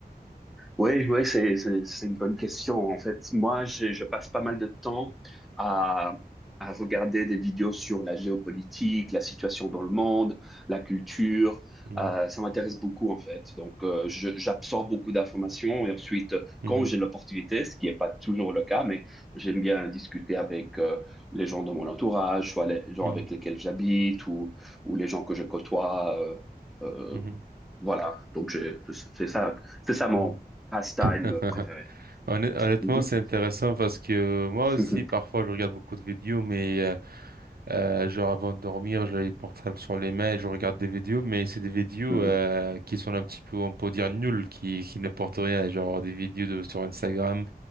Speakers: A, in the centre; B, on the right.
A: Oui, ouais, c'est, c'est, c'est une bonne question. En fait, moi, j'ai- je passe pas mal de temps à, à regarder des vidéos sur la géopolitique, la situation dans le monde, la culture.
B: Mhm,
A: Euh, ça m'intéresse beaucoup, en fait. Donc, euh, je- j'absorbe beaucoup d'informations et ensuite, euh,
B: mhm,
A: quand j'ai l'opportunité, ce qui n'est pas toujours le cas, mais j'aime bien discuter avec euh, les gens de mon entourage, soit les gens
B: mhm,
A: avec lesquels j'habite ou, ou les gens que je côtoie. euh, euh,
B: mhm,
A: voilà, donc j'ai- c'est ça, c'est ça mon
B: mhm.
A: pastime
B: <laughs>
A: préféré.
B: Honn- Honnêtement,
A: Mhm.
B: c'est intéressant parce que euh, moi aussi,
A: <laughs>
B: parfois, je regarde beaucoup de vidéos, mais euh, Euh, genre avant de dormir, j'ai les portables sur les mains et je regarde des vidéos, mais c'est des vidéos
A: Mhm.
B: euh, qui sont un petit peu, on peut dire, nulles, qui, qui n'apportent rien. Genre des vidéos de, sur Instagram